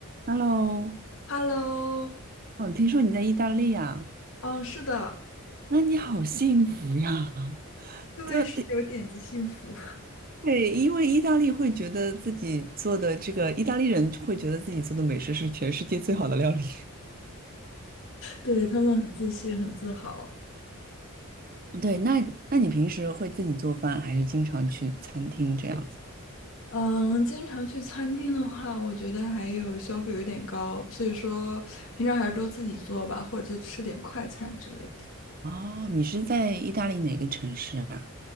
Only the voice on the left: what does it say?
Hello，
嗯，是的，
因为是有点子幸福，
<laughs>
对，他们很自信，很自豪。
嗯，经常去餐厅的话，我觉得还有消费有点高，所以说平常还是都自己做吧，或者就吃点快餐之类的。